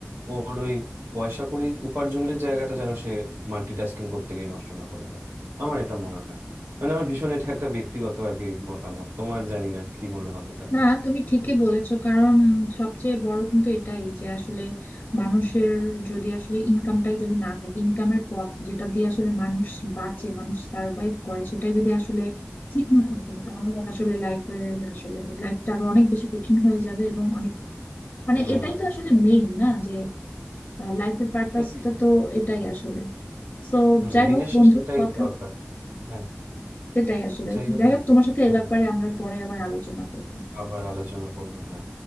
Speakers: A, on the right; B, on the left.
A: ওর ওই পয়সা কড়ি উপার্জনের জায়গাটা যেন সে মাল্টিটাস্কিং করতে গিয়ে নষ্ট না করে ফেলে আমার এটা মনে হয় মানে আমার ভীষণ এটা একটা ব্যক্তিগত আর কি মতামত তোমার জানি না কি মনে হবে এটাতে
B: না তুমি ঠিকই বলেছো কারণ সবচেয়ে বড় কিন্তু এটাই যে আসলে মানুষের যদি আসলে ইনকামটাই যদি না থাকে ইনকামের পথ যেটা দিয়ে আসলে মানুষ বাঁচে মানুষ সার্ভাইভ করে সেটাই যদি আসলে ঠিক না থাকে তাহলে আসলে লাইফের আসলে লাইফটা আরো অনেক বেশি কঠিন হয়ে যাবে এবং অনেক মানে
A: হুম
B: এটাই তো আসলে মেইন না যে আর লাইফের পারপাসটা
A: সত্যি তাই
B: তো এটাই আসলে তো
A: হুম
B: যাই
A: দিনের
B: হোক
A: শেষে
B: বন্ধু
A: এটাই
B: কথা
A: দরকার হ্যাঁ
B: এটাই আসলে
A: যাই হোক
B: যাই
A: হ্যাঁ
B: হোক তোমার সাথে
A: হুম
B: এই ব্যাপারে আমরা পরে আবার আলোচনা করবো
A: আবার আলোচনা করবো হ্যাঁ